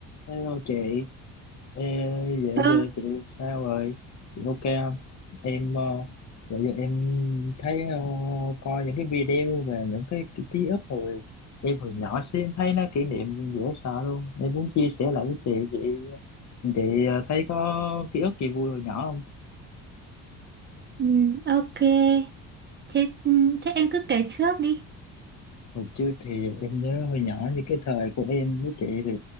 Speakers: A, on the left (about 45°); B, on the right (about 30°).
A: Hello chị, Ê, dạo giờ
B: Ừ,
A: chị sao rồi? Chị ok không? Em ờ, dạo giờ em thấy ờ, coi những cái video về những cái, cái ký ức hồi em hồi nhỏ xíu em thấy nó kỷ niệm dễ sợ luôn. Em muốn chia sẻ lại với chị, chị chị ờ, thấy có ký ức gì vui hồi nhỏ không?
B: ừ, ok. Thế thế em cứ kể trước đi.
A: Hồi trước thì em nhớ hồi nhỏ như cái thời của em với chị thì